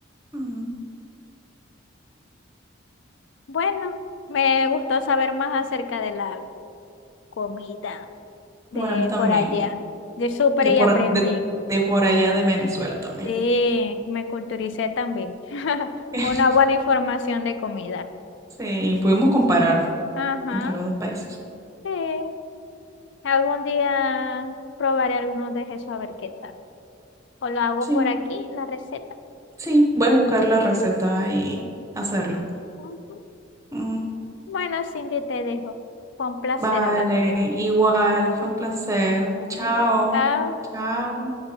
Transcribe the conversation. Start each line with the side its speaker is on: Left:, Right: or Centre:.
Right: Ujú.
Left: Bueno, me gustó saber más acerca de la comida de
Right: Bueno, a mí también.
Left: por allá. De súper
Right: De
Left: y
Right: por,
Left: aprendí.
Right: de, de por allá de Venezuela también.
Left: Sí, me culturicé también. <laughs>
Right: <laughs>
Left: Una buena información de comida.
Right: Sí, y pudimos comparar
Left: Ajá,
Right: entre los dos países.
Left: sí. Algún día probaré algunos de esos a ver qué tal. O lo hago
Right: Sí,
Left: por aquí, la receta.
Right: sí, voy a buscar la receta y hacerlo.
Left: Ujú.
Right: Mm,
Left: Bueno, Cindy, te dejo. Fue un placer
Right: vale,
Left: hablar contigo.
Right: igual, fue un placer.
Left: Ok,
Right: Chao,
Left: Chao.
Right: chao.